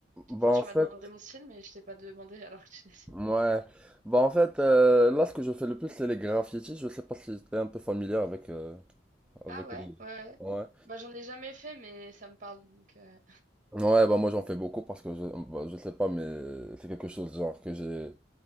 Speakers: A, in the centre; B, on the right.
A: Bah
B: Enfin, tu
A: en fait,
B: m'as demandé mon style, mais je t'ai pas demandé <laughs> alors que tu dessines.
A: ouais. Bah en fait, euh, là ce que je fais le plus c'est les graffitis, je sais pas si t'es un peu familier avec euh, avec
B: Ah ouais,
A: les...
B: ouais, ouais.
A: Ouais.
B: Bah, j'en ai jamais fait, mais ça me parle donc. euh,
A: Ouais, bah moi j'en fais beaucoup parce que je, bah, je sais pas mais c'est quelque chose genre que j'ai